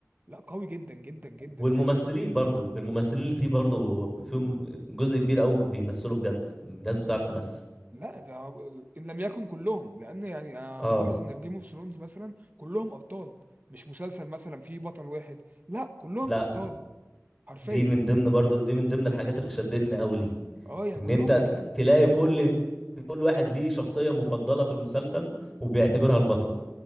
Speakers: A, on the right; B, in the centre.
A: لا قوي جدا جدا جدا
B: والممثلين
A: يعني
B: برضو الممثلين اللي فيه برضو فيهم جزء كبير قوي بيمثلوا بجد ناس بتعرف تمثل
A: لا ده ان لم يكن كلهم لان يعني انا
B: اه
A: ملاحظ ان في جيم اوف ثرونز مثلا كلهم ابطال مش مسلسل مثلا فيه بطل واحد لا كلهم
B: لا
A: ابطال حرفيا
B: دي من ضمن برضو دي من ضمن الحاجات اللي شدتني قوي ليه
A: اه يعني
B: ان
A: كلهم
B: انت ت-
A: ابطال
B: تلاقي كل كل واحد ليه شخصية مفضلة في المسلسل وبيعتبرها البطل